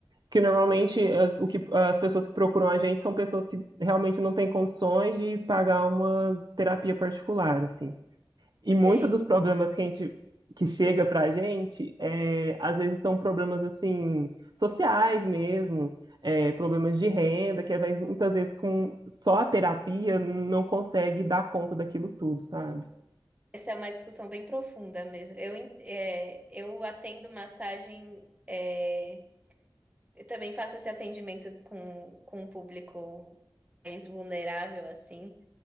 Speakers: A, on the right (about 55°); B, on the right (about 15°).
A: que normalmente ah, o que, as pessoas que procuram a gente são pessoas que realmente não têm condições de pagar uma terapia particular, assim. E muitos
B: Sei.
A: dos problemas que a gente que chega pra gente, é, às vezes são problemas assim sociais mesmo, é, problemas de renda, que às vezes, muitas vezes com só a terapia não consegue dar conta daquilo tudo, sabe?
B: Essa é uma discussão bem profunda mesmo. Eu, en- é, eu atendo massagem, é, Eu também faço esse atendimento com, com um público mais vulnerável, assim.